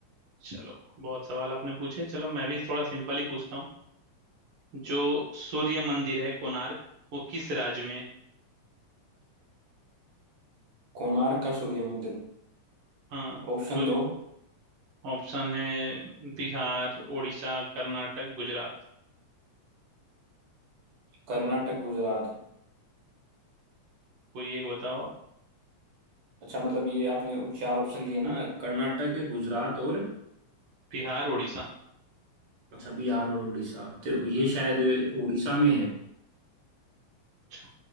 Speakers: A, on the right; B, on the right.
A: चलो बहुत सवाल आपने पूछे चलो मैं भी थोड़ा सिंपल ही पूछता हूँ जो सूर्य मंदिर है कोणार्क वो किस राज्य में है?
B: कोणार्क का सूर्य मंदिर
A: हाँ
B: ऑप्शन
A: सूर्य
B: दो
A: ऑप्शन है बिहार उड़ीसा कर्नाटक गुजरात
B: कर्नाटक गुजरात है
A: कोई एक बताओ आप
B: अच्छा मतलब ये आपने चार ऑप्शन दिए ना कर्नाटक गुजरात और
A: बिहार उड़ीसा
B: अच्छा बिहार और उड़ीसा तो ये
A: हम्म,
B: शायद उड़ीसा में है
A: अच्छा